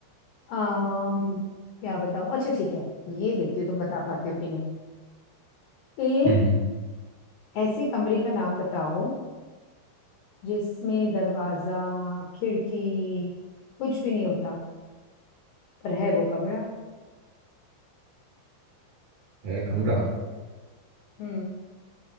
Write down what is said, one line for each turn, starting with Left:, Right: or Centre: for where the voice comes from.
Left: um, क्या बताऊं अच्छा ठीक है ये देखती हूँ तुम बता पाते हो कि नहीं एक
Right: हम्म
Left: ऐसे कमरे का नाम बताओ जिसमें दरवाजा खिड़की कुछ भी नहीं होता पर है वो कमरा
Right: है कमरा
Left: हम्म